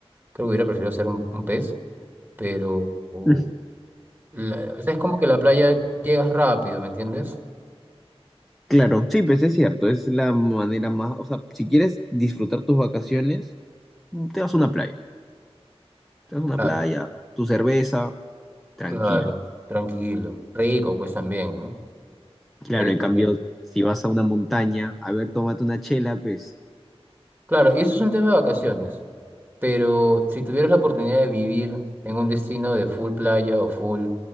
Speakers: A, on the right (about 20°); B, in the centre.
A: creo que hubiera preferido ser un, un pez, pero, o,
B: <laughs>
A: la- o sea, es como que la playa llegas rápido, ¿me entiendes?
B: Claro, sí, pues es cierto, es la manera más, o sea, si quieres disfrutar tus vacaciones, mm, te vas a una playa, te vas a una
A: Claro.
B: playa, tu cerveza, tranquilo.
A: Claro, tranquilo. Rico, pues también, ¿no?
B: Claro,
A: Rico.
B: en cambio,
A: rico.
B: si vas a una montaña, a ver, tómate una chela, pues
A: Claro, y eso es un tema de vacaciones, pero si tuvieras la oportunidad de vivir en un destino de full playa o full